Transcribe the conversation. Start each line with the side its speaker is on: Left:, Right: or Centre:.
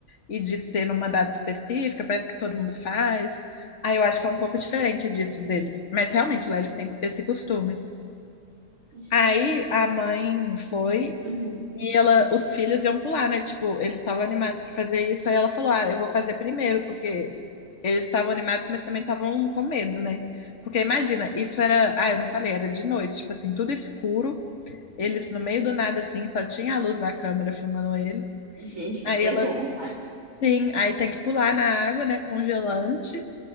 Left: e de ser numa data específica, parece que todo mundo faz. Aí eu acho que é um pouco diferente disso deles, mas realmente lá eles têm esse costume.
Right: Gente,
Left: Aí a mãe foi
Right: uhum.
Left: e ela, os filhos iam pular, né? Tipo, eles estavam animados para fazer isso, aí ela falou: "Ah, eu vou fazer primeiro, porque eles estavam animados, mas também estavam com medo, né? Porque imagina, isso era. Ah, eu não falei, era de noite, tipo assim, tudo escuro. Eles no meio do nada, assim, só tinha a luz da câmera filmando eles.
Right: Gente, que
Left: Aí
Right: terror.
Left: ela, sim, aí tem que pular na água, né? Congelante